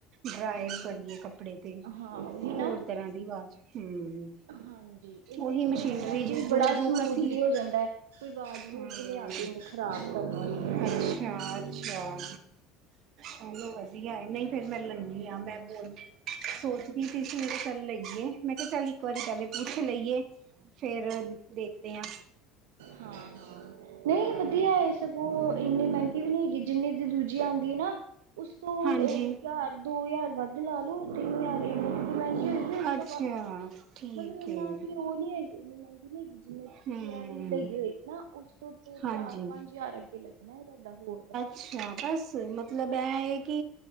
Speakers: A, on the right; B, on the right.
A: ਡਰਾਈ ਕਰੀਏ ਕੱਪੜੇ ਤੇ
B: ਹਾਂ ਉਹੀ ਨਾ
A: ਹੋਰ ਤਰ੍ਹਾਂ ਦੀ ਆਵਾਜ ਹੂ,
B: ਹਾਂਜੀ ਇਹਦੇ
A: ਉਹੀ
B: 'ਚ
A: ਮਸ਼ੀਨਰੀ
B: ਹੁਣ ਇਹ ਹੈ
A: ਜੇੜੀ
B: ਕਿ
A: ਜੂ-ਜੂ
B: ਬੜਾ ਸਮੂਦਲੀ
A: ਕਰਦੀ ਏ।
B: ਹੋ ਜਾਂਦਾ ਹੈ ਕੋਈ ਆਵਾਜ਼ ਵੂਜ
A: ਹੂ,
B: ਵੀ ਨੀ ਆਉਂਦੀ ਇੰਨੀ ਖ਼ਰਾਬ ਕਰਨ ਵਾਲੀ ਹਾਂ
A: ਅੱਛਾ-ਅੱਛਾ। ਚਲੋ ਵਧੀਆ ਏ, ਨਈ ਫੇਰ ਮੈ ਲੈਨੀ ਆਂ ਮੈਂ ਬੋਲਨੀ ਆ। ਸੋਚਦੀ ਪਈ ਸੀ ਮੈਂ ਕੇਹਾ ਕੱਲ ਲਇਏ ਮੈਂ ਕਿਹਾ ਚੱਲ ਇੱਕ ਵਾਰੀ ਪਹਿਲੇ ਪੁੱਛ ਲਈਏ, ਫੇਰ ਦੇਖਦੇ ਆਂ।
B: ਹਾਂ-ਹਾਂ, ਨਹੀਂ ਵਧੀਆ ਏ ਸਗੋਂ ਇੰਨੀ ਮਹਿੰਗੀ ਵੀ ਨਹੀ ਹੈਗੀ। ਜਿੰਨੀ ਦੀ ਦੂਜੀ ਆਦੀ ਐ ਨਾ, ਉਸ ਤੋਂ
A: ਹਾਂਜੀ
B: ਹਜਾਰ ਦੋ ਹਜ਼ਾਰ ਵੱਧ ਤੇ ਲਾ ਲਓ, ਏਨੀਆ ਏਨੀ ਕੂ ਦੀ ਮਹਿੰਗੀ ਹੋਏਗੀ ਉਸ
A: ਅੱਛਾ
B: ਤੋਂ ਵਾਦ,
A: ਠੀਕ
B: ਮਤਲਬ ਇੰਨਾ
A: ਹੈ
B: ਕਿ ਉਹ ਨਹੀ ਏਨੀ ਕੂ ਮਹਿੰਗੀ ਨਹੀ ਹੈਗੀ, ਜਿਨੇ ਦੀ ਤੁਸੀ
A: ਹਮ
B: ਤੁਸੀ ਐ ਵਾਲੀ ਲਈ ਹੋਏਗੀ ਨਾ, ਉਸ ਤੋਂ ਤੇ
A: ਹਾਂਜੀ
B: ਚਾਰ-ਪੰਜ ਹਜ਼ਾਰ ਅੱਗੇ ਲੱਗਣਾ ਤੁਹਾਡਾ ਹੋਰ ਦਾ
A: ਅੱਛਾ ਬਸ, ਮਤਲਬ ਐ ਇਹ ਕਿ